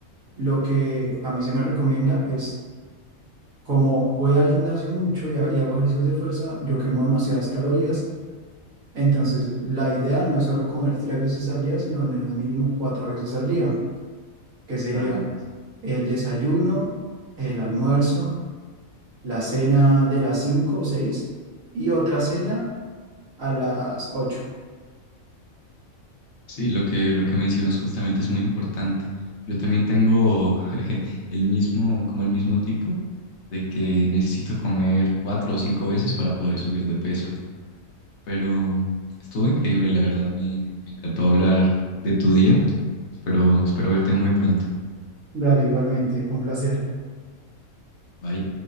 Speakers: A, on the right (about 75°); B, on the left (about 55°).
A: lo que a mí se me recomienda es, como voy al gimnasio mucho y, ha- y hago ejercicios de fuerza, yo quemo demasiadas calorías, entonces la idea no es solo comer tres veces al día, sino al menos mínimo cuatro veces al día, que sería
B: Claro.
A: el desayuno, el almuerzo, la cena de las cinco o seis y otra cena a las ocho
B: Sí, lo que, lo que mencionas justamente es muy importante. Yo también tengo <laughs> eh, el mismo, como el mismo tipo, de que necesito comer cuatro o cinco veces para poder subir de peso. Pero estuvo increíble, la verdad, me, me encantó hablar de tu día. Espero, espero verte muy pronto.
A: Dale, igualmente, fue un placer.
B: Bye.